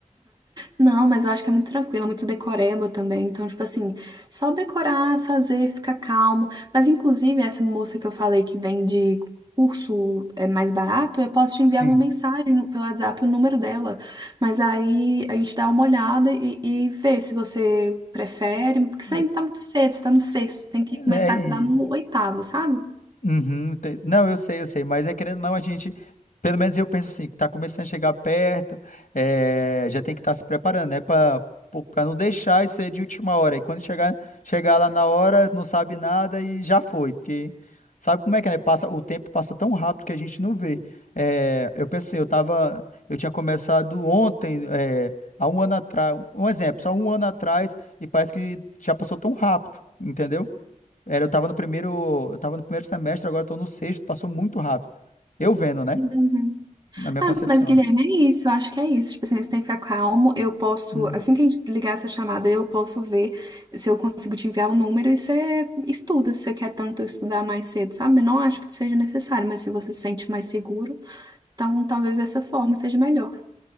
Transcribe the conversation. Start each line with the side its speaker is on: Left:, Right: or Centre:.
Right: Não, mas eu acho que é muito tranquilo, é muito decoreba também. Então, tipo assim, só decorar, fazer, ficar calmo. Mas, inclusive, essa moça que eu falei que vende curso é mais barato, eu posso te enviar
Left: Sim.
Right: uma mensagem no- pelo WhatsApp, o número dela. Mas aí a gente dá uma olhada e, e vê se você prefere. Porque você
Left: É
Right: ainda tá muito cedo, você tá no sexto, tem que começar
Left: é isso.
Right: a estudar no oitavo, sabe?
Left: Uhum, te- não, eu sei, eu sei, mas é querendo ou não, a gente, pelo menos eu penso assim, que tá começando a chegar perto, é, já tem que estar se preparando, né, para para não deixar isso aí de última hora. E quando chegar, chegar lá na hora, não sabe nada e já foi, porque sabe como é que é, né? Passa, o tempo passa tão rápido que a gente não vê. É, eu pensei, eu tava, eu tinha começado ontem, é, há um ano atrás, um um exemplo, só um ano atrás, e parece que já passou tão rápido, entendeu? Era, eu tava no primeiro, eu tava no primeiro semestre, agora eu tô no sexto, passou muito rápido. Eu vendo, né?
Right: Uhum.
Left: Na minha
Right: Ah,
Left: concepção.
Right: mas Guilherme, é isso, eu acho que é isso. Tipo assim, você tem que ficar calmo. Eu posso,
Left: Hum,
Right: assim que a gente desligar essa chamada, eu posso ver se eu consigo te enviar o número e você estuda, se você quer tanto estudar mais cedo, sabe? Não acho que seja necessário, mas se você se sente mais seguro, então talvez dessa forma seja melhor.